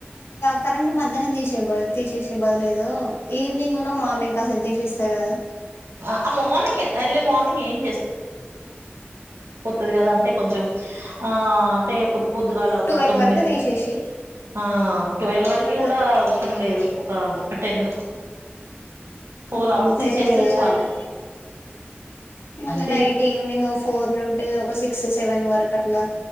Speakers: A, on the left; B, on the right.
A: కరెంట్ మధ్యనం తీసేయ తీసేసే బదిలేదు ఈవినింగ్ ఉన మార్నింగ్ కాస తీసేస్తాయి కదా
B: ఆ మార్నింగ్ ఎర్లీ మార్నింగ్ ఏం ది కద అంటే కొంచెం ఆ అంటే పొద్దు పొద్దుగాల ఒక
A: ట్వెల్వ్
B: తొమ్మిది
A: వరకు తీసేసి
B: ఆ ట్వల్వ్ వరకి
A: బట్
B: కూడా అవసరం లేదు ఒక టెన్ ఫోర్
A: ఆ
B: అవర్స్
A: అంతలే
B: తీసేస్తే చాలు
A: అయినా మళ్ళీ
B: తీ
A: నైట్ ఈవినింగ్ ఫోర్ నుంట ఒక సిక్స్ సెవెన్ వరకు అట్లా